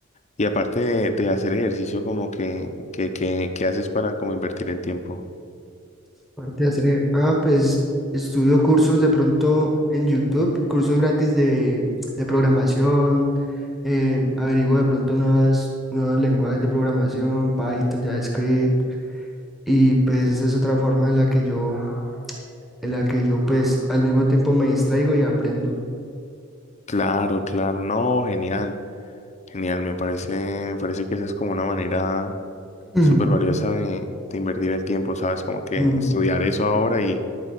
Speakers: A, on the left (about 35°); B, in the centre.
A: Y aparte de, de hacer ejercicio, como que, que, que, que haces para como invertir el tiempo.
B: Aparte de hacer, ejer- ah, pues estudio cursos de pronto en YouTube, cursos gratis de, de programación, eh, averiguo de pronto nuevas, nuevos lenguajes de programación, Python, JavaScript. Y pues esa es otra forma en la que yo en la que yo pues al mismo tiempo me distraigo y aprendo.
A: Claro, claro, no, genial, genial, me parece, me parece que esa es como una manera
B: <clears throat>
A: súper valiosa de, de invertir el tiempo, ¿sabes? Como que
B: Mm, mm,
A: estudiar eso ahora y,